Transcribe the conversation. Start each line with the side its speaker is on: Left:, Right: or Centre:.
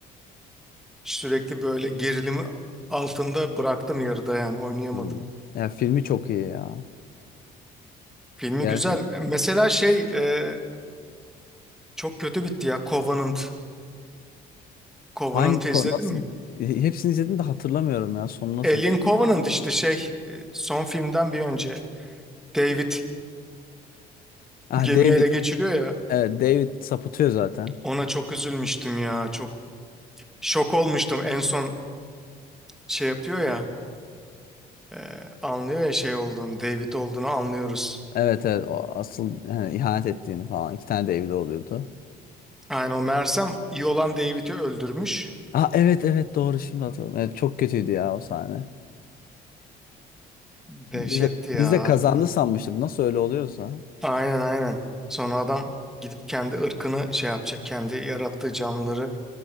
Centre: sürekli böyle gerilimi altında bıraktım yarıda yani oynayamadım.
Left: Hmm. ya filmi çok iyi ya.
Centre: Filmi
Left: Gerçekten.
Centre: güzel. Mesela şey e, çok kötü bitti ya Covenant. Covenant'ı
Left: Hangi ko-
Centre: izledin
Left: nasıl
Centre: mi?
Left: hepsini izledim de hatırlamıyorum ya. Sonu nasıl
Centre: Alien Covenant işte şey e, son filmden bir önce David
Left: Ah
Centre: gemiyi
Left: David
Centre: ele geçiriyor ya
Left: evet, David sapıtıyor zaten.
Centre: ona çok üzülmüştüm ya çok şok olmuştum en son şey yapıyor ya e, anlıyor ya şey olduğunu David olduğunu anlıyoruz.
Left: Evet evet o asıl yani ihanet ettiğini falan iki tane David oluyordu.
Centre: Aynen o Mersem iyi olan David'i öldürmüş.
Left: Ah evet evet doğru şimdi hatırladım. Evet, çok kötüydü ya o sahne.
Centre: Dehşetti
Left: Biz de, biz
Centre: ya
Left: de
Centre: harbiden.
Left: kazandı sanmıştık nasıl öyle oluyorsa.
Centre: Aynen aynen. Sonra adam gidip kendi ırkını şey yapacak. Kendi yarattığı canlıları